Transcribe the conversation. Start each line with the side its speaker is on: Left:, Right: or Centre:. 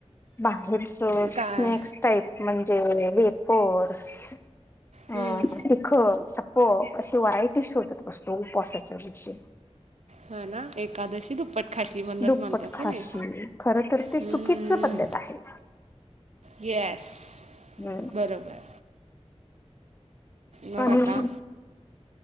Left: बाहेरच स्नेक्स
Right: काय
Left: टाईप. म्हणजे वेपर्स अ
Right: हम्म,
Left: तिखट. हो अशी व्हरायटी शोधत मस्तो उपासाच्या दिवशी.
Right: हा ना एकादशी दुप्पट. खाची मनच
Left: दुप्पट
Right: मानतात
Left: खाशी
Right: का नाही
Left: खर तर ते
Right: हम्म.
Left: चुकीच पद्धत आहे
Right: गॅस..
Left: हम....
Right: बरोबर.. मघ
Left: आणि
Right: आता....